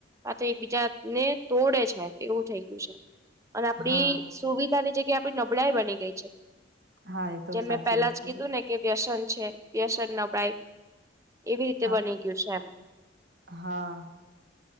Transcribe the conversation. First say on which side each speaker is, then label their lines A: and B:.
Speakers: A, on the right; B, on the right.
A: આ તો એક બીજા ને તોડે છે એવું થઇ ગયું છે અને આપડી
B: હા,
A: સુવિધાની જગ્યા આપડી નબળાાઈ બની ગઈ છે
B: હા એ તો
A: જે મેં
B: સાચી
A: પહેલા
B: વાત
A: જ
B: કીધી.
A: કીધું ને કે વ્યસન છે વ્યસન ન પ્રઇપ એવી રીતે
B: હા,
A: બની ગયું છે એમ
B: હા.